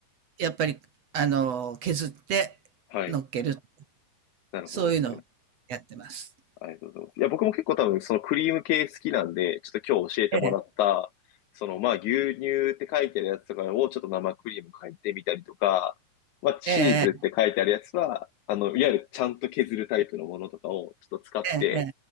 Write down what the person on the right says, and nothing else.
やっぱり、あのー削って乗っける。
そういうのをやってます。
ええ、
ええ、
ええ、え